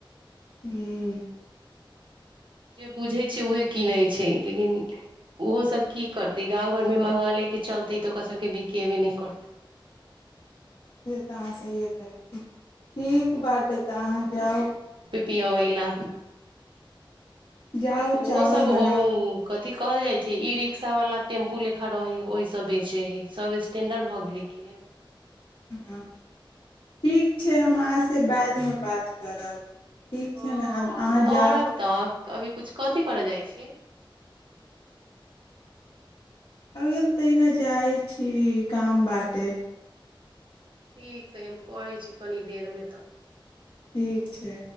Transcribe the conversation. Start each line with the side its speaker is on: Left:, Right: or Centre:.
Left: ह्म <inaudible>
Right: जे बुझै छै उएह कीनै छै लेकिन ओहोसभ की करतै गाँव घरमे महगा लेके चलतै तऽ ओकरा सभके बिकेबे नहि करतै
Left: सेेर तऽ अहाँसँ सहिए कहै छी ठीक बाटे तऽ अहाँ जाउ
Right: पिआबैला
Left: जाउ
Right: आ तऽ ओहो
Left: चावल
Right: सब ओ
Left: बनाउ
Right: अथी कहल जाइ छै ई रिक्शावला टेम्पू लेखा रहै हइ ओहिसँ बेचै हइ सभ स्टैंडर्ड भऽ गेलै कि ने
Left: ह ठीक छै हम अहाँसँ बादमे बात करब ठीक
Right: ह
Left: छै ने आब अहाँ
Right: करब
Left: जाउ
Right: तऽ तऽ अभी कछु कथी करऽ जाइ छियै
Left: अभी हम तइला जाइ छी काम बाटे
Right: ठीक हइ हम करै छी कनि देरमे तऽ
Left: ठीक छै